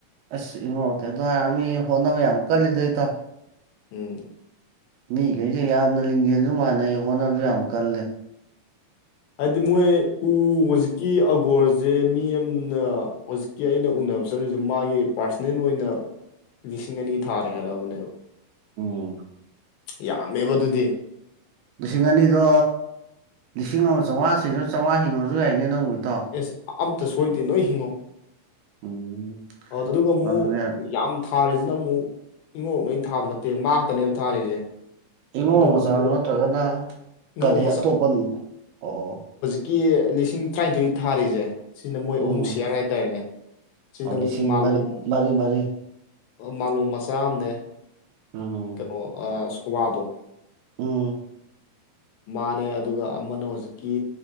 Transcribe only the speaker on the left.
ꯍꯝ
ꯍꯥꯏꯗꯤ ꯃꯣꯏ ꯎ ꯍꯧꯖꯤꯛꯀꯤ ꯑꯒꯣꯔꯁꯦ ꯃꯤ ꯑꯃꯅꯖꯤ ꯀꯤ ꯑꯩꯅ ꯎꯅꯕ ꯆꯠꯂꯨꯁꯦ ꯃꯥꯒꯤ ꯄꯥꯔꯁꯅꯦꯜ ꯑꯣꯏꯅ ꯂꯤꯁꯤꯡ ꯑꯅꯤ ꯊꯥꯔꯦ ꯍꯥꯏꯔꯛꯑꯕꯅꯦꯕ
ꯌꯥꯝꯃꯦꯕ ꯑꯗꯨꯗꯤ
ꯑꯦꯁ ꯑꯝꯇ ꯁꯣꯏꯗꯦ ꯅꯣꯏ ꯍꯤꯡꯉꯧ
ꯑ ꯑꯗꯨꯒ ꯑꯃꯨꯛ
ꯌꯥꯝ ꯊꯥꯔꯤꯁꯤꯅ ꯑꯃꯨꯛ ꯏꯉꯣꯛ ꯂꯣꯏ ꯊꯥꯕ ꯅꯠꯇꯦ ꯉꯥꯛꯛꯇꯅꯦꯕ ꯊꯥꯔꯤꯁꯦ
ꯑꯗꯨꯒ
ꯑꯃꯨꯛ
ꯏꯉꯧ
ꯀꯦ ꯂꯤꯁꯤꯡ ꯇꯔꯥꯅꯤꯊꯣꯏ ꯊꯥꯔꯤꯁꯦ ꯁꯤꯅ ꯃꯣꯏ ꯑꯍꯨꯝ
ꯁꯤꯌꯥꯔ ꯍꯥꯏꯇꯥꯔꯦꯅꯦ ꯁꯤꯁꯤꯅ ꯑꯃꯨꯛ
ꯃꯥꯂꯣꯝ
ꯃꯥꯂꯣꯝ ꯃꯆꯥ ꯑꯃꯅꯦ
ꯀꯩꯅꯣ ꯁꯀꯕꯥꯗꯣ
ꯃꯥꯅꯦ ꯑꯗꯨꯒ ꯑꯃꯅ ꯍꯧꯖꯤꯛꯀꯤ